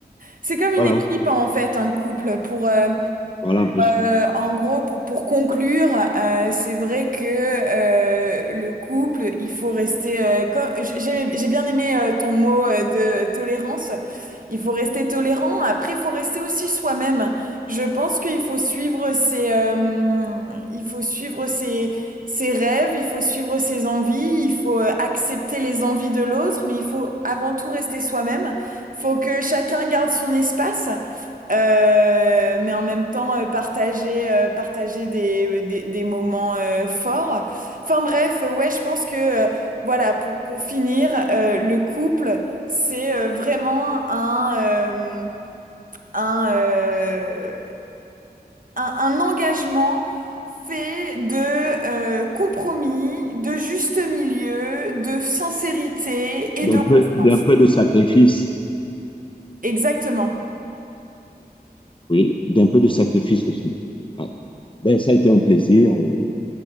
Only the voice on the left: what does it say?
Voilà,
voilà un peu,
d'un
peu,
d'un peu de sacrifice.
Oui, d'un peu de sacrifice aussi. Ouais. Ben, ça a été un plaisir. euh,